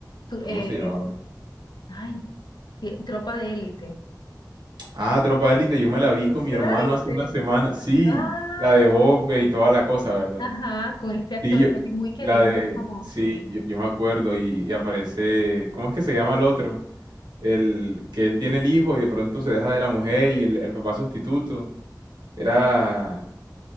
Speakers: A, on the left; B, on the right.
A: Tu-
B: ¿cómo
A: eh,
B: se llamaba?
A: ay, ti- Tropa de Élite.
B: Ah, Tropa de Élite, yo me la vi con mi
A: ¿Tú
B: hermano
A: la
B: hace
A: viste?
B: una semana. Sí,
A: Ah,
B: la de Bob y toda la cosa, ¿verdad?
A: ajá, con este actor
B: Sí, yo,
A: que es muy querido,
B: la de,
A: muy famoso,
B: sí,
A: ¿no?
B: yo, yo me acuerdo y, y aparece, ¿cómo es que se llama el otro? el que él tiene el hijo y de pronto se deja de la mujer y el, el papá sustituto era
A: Eh,